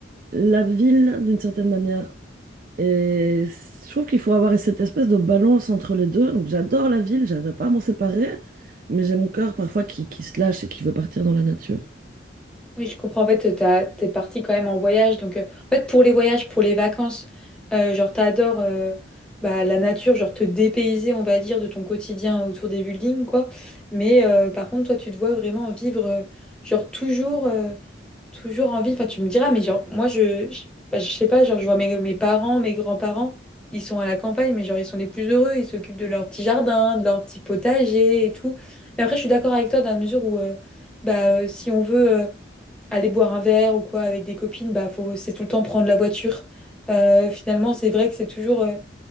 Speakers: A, on the right; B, in the centre.
A: la ville d'une certaine manière. Et c- je trouve qu'il faut avoir cette espèce de balance entre les deux. Donc, j'adore la ville, j'arriverai pas à m'en séparer. Mais j'ai mon cœur parfois qui, qui se lâche et qui veut partir dans la nature.
B: Oui, je comprends. En fait, t'as, t'es parti quand même en voyage. Donc, euh, en fait, pour les voyages, pour les vacances, euh, genre, t'adores euh, bah, la nature, genre, te dépayser, on va dire, de ton quotidien autour des buildings, quoi. Mais euh, par contre, toi, tu te vois vraiment vivre, euh, genre, toujours. euh, Toujours en ville, enfin tu me diras, mais genre moi je, je, bah, je sais pas, genre je vois mes, mes parents, mes grands-parents, ils sont à la campagne, mais genre ils sont les plus heureux, ils s'occupent de leur petit jardin, de leur petit potager et tout. Mais après je suis d'accord avec toi dans la mesure où euh, bah euh, si on veut euh, aller boire un verre ou quoi avec des copines, bah faut c'est tout le temps prendre la voiture. Euh, finalement c'est vrai que c'est toujours euh,